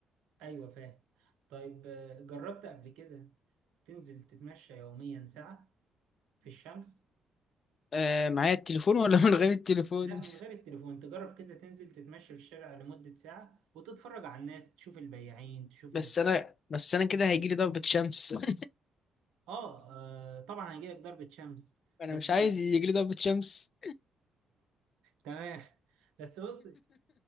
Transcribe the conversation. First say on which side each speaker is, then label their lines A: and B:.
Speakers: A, on the right (about 75°); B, on the left (about 50°).
A: ايوه فاهم طيب آه، جربت قبل كده تنزل تتمشى يوميا ساعة في الشمس
B: آه معايا التليفون ولا من غير التليفون
A: لا من غير التليفون تجرب كده تنزل تتمشى في الشارع لمدة ساعة وتتفرج على الناس تشوف البياعين
B: <laughs>
A: تشوف
B: بس
A: ال...
B: انا بس انا كده هيجيلي ضربة شمس <laughs>
A: آه, اه طبعا هيجيلك ضربة شمس
B: انا
A: بس
B: مش عايز يجيلي ضربة شمس
A: تمام <laughs> بس بص